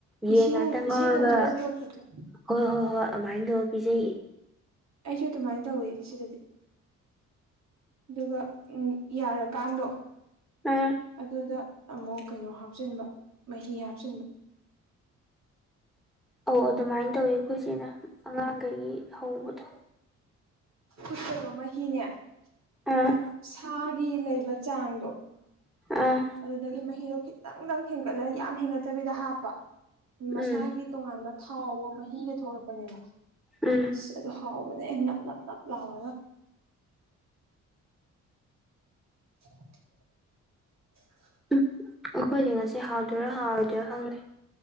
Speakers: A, in the centre; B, on the right (about 60°).
A: ꯌꯦꯟ
B: ꯏꯁꯤꯡ
A: ꯉꯥꯛꯇꯪ
B: ꯏꯁꯤꯡ
A: ꯉꯔꯒ
B: ꯂꯧꯊꯣꯛꯑ ꯇꯧꯕꯗꯣ
A: ꯍꯣꯏ ꯍꯣꯏ ꯍꯣꯏ ꯑꯗꯨꯃꯥꯏꯅ ꯇꯧꯔ ꯄꯤꯖꯌꯦ
B: ꯑꯩꯁꯨ ꯑꯗꯨꯃꯥꯏꯅ ꯇꯧꯋꯦ ꯁꯤꯗꯗꯤ ꯑꯗꯨꯒ ꯎꯝ ꯌꯥꯔꯀꯥꯟꯗꯣ
A: ꯎꯝ
B: ꯑꯗꯨꯗ ꯑꯃꯨꯛ ꯀꯩꯅꯣ ꯍꯥꯞꯆꯤꯟꯕ ꯃꯍꯤ ꯍꯥꯞꯆꯤꯟꯕ
A: ꯑꯧ ꯑꯗꯨꯃꯥꯏꯅ ꯇꯧꯋꯤ ꯑꯩꯈꯣꯏꯁꯤꯅ ꯑꯉꯥꯡꯈꯒꯤ ꯍꯧꯕꯗꯣ
B: ꯁ ꯐꯨꯠꯇꯗꯣ ꯃꯍꯤꯅꯦ
A: ꯑꯥ
B: ꯁꯨꯝ ꯁꯥꯒꯤ ꯂꯩꯕ ꯆꯥꯡꯗꯣ
A: ꯑꯥ
B: ꯑꯗꯨꯗꯒꯤ ꯃꯍꯤꯗꯣ ꯈꯤꯇꯪꯗꯪ ꯊꯦꯡꯒꯠꯂꯒ ꯌꯥꯝ ꯍꯦꯟꯒꯠꯇꯕꯤꯗ ꯍꯥꯞꯄ ꯃꯁꯥꯒꯤ
A: ꯎꯝ
B: ꯇꯣꯉꯥꯟꯕ ꯊꯥꯎꯒ ꯃꯍꯤꯒ ꯊꯣꯛꯂꯛꯄꯅꯦꯕ
A: ꯎꯝ
B: ꯁ ꯑꯗꯨ ꯍꯥꯎꯕꯅꯦ ꯅꯞ ꯅꯞ ꯅꯞ ꯂꯥꯎꯔꯒ <unintelligible>
A: ꯎꯝ ꯑꯩꯈꯣꯏꯗꯤ ꯉꯁꯤ ꯍꯥꯎꯗꯣꯏꯔꯥ ꯍꯥꯎꯔꯣꯏꯗꯣꯏꯔꯣ ꯈꯪꯗꯦ